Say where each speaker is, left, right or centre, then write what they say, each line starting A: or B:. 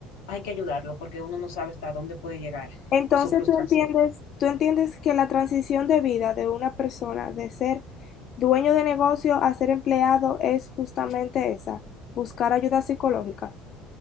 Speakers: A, on the left; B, on the left.
A: hay que ayudarlo porque uno no sabe hasta dónde puede llegar
B: entonces
A: su frustración.
B: tú entiendes, tú entiendes que la transición de vida de una persona de ser dueño de negocio a ser empleado es justamente esa, buscar ayuda psicológica.